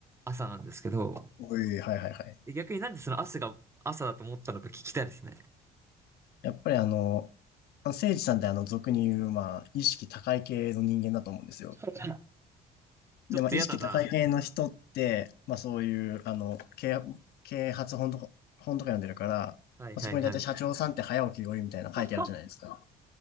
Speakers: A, on the right; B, on the left.
A: 朝なんですけど、
B: おい、はいはいはい。
A: 逆になんでその朝が朝だと思ったのか聞きたいですね。
B: やっぱりあの、あ誠治さんってあの俗に言う、まあ、意識高い系の人間だと思うんですよ。
A: <laughs> ちょっと嫌だな。
B: で、まあ、意識高い系の人って、まあそういう、あの、啓啓発本とか、本とか読んでるから、
A: はいはいはい。
B: まあ、そこに大体社長さんって早起きが多いみたいなの書いてあるじゃないですか。
A: <laughs>